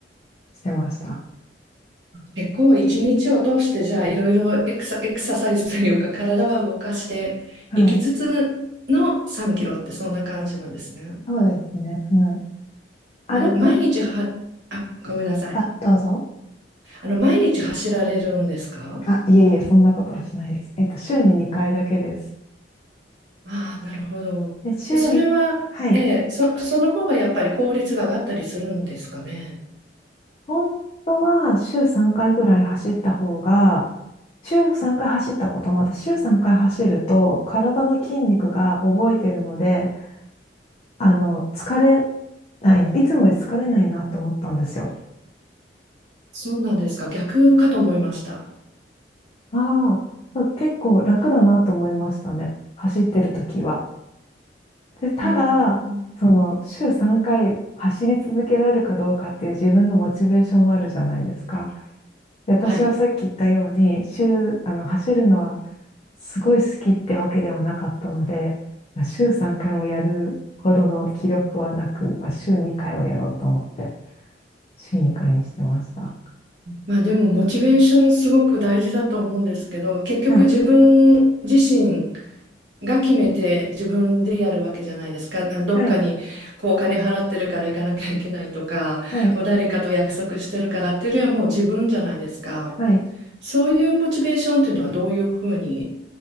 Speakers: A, on the left (about 35°); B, on the right (about 80°).
A: してました。
B: 結構一日を通してじゃあいろいろエクサ、エクササイズというか体は動かしていきつつの3キロってそんな感じなんですね。
A: はい。そうですね。はい。歩くと、
B: あの毎日は、あ、ごめんなさい。
A: あ、どうぞ。
B: あの毎日走られるんですか
A: あ、いえいえ、そんなことはしないです。えっと、週に2回だけです。
B: ああー、なるほど。
A: で、週に、
B: でそれは、
A: はい。
B: ええ、そ、その方がやっぱり効率が上がったりするんですかね。
A: 本当は週3回ぐらい走った方が、週3回走ったこともあって、週3回走ると体の筋肉が覚えているので、あの、疲れないな、いつもより疲れないなと思ったんですよ。
B: そうなんですか。逆かと思いました。
A: ああ、結構楽だなと思いましたね。走ってる時は。で、ただ、
B: ええ、
A: その、週3回走り続けられるかどうかっていう自分のモチベーションもあるじゃないですか。で、私はさっき言ったように、
B: はい。
A: 週、あの、走るのはすごい好きってわけではなかったので、まあ、週3回もやるほどの気力はなく、まあ、週2回はやろうと思って、週2回にしてました。
B: まあでもモチベーションすごく大事だと思うんですけど、結局自分自身
A: はい、
B: が決めて自分でやるわけじゃないですか。あのどっかにこうお金払ってるから行かなきゃいけないとか、
A: はい、はい、
B: こう誰かと約束してるからっていうよりはもう自分じゃないですか。
A: はい。
B: そういうモチベーションっていうのはどういうふうに